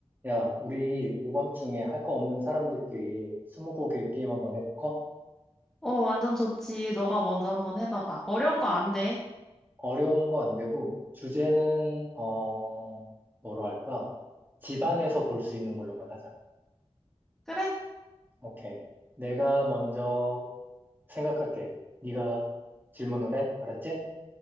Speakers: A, on the right (about 15°); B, in the centre.
A: 야, 우리 오밤중에 할 거 없는 사람들끼리 스무고개 게임 한번 해볼까?
B: 어, 완전 좋지. 너가 먼저 한번 해봐봐. 어려운 거 안 돼.
A: 어려운 거 안 되고, 주제는, 어, 뭐로 할까? 집안에서 볼 수 있는 걸로만 하자.
B: 그래?
A: 오케이. 내가 먼저 생각할게. 네가 질문을 해. 알았지?